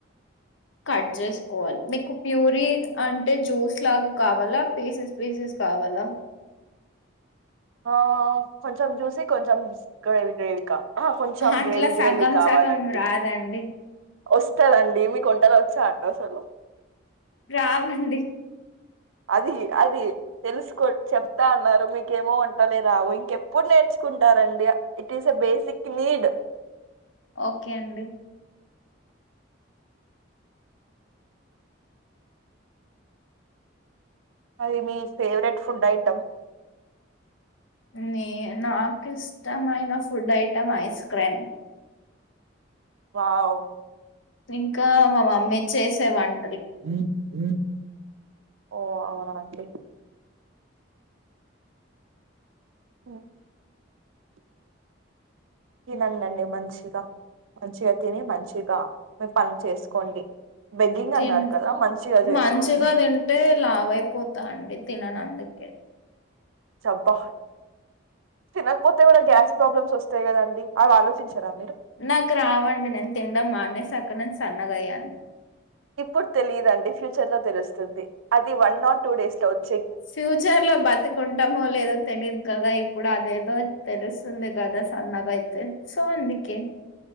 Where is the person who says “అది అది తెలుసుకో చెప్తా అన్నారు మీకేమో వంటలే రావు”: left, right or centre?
Right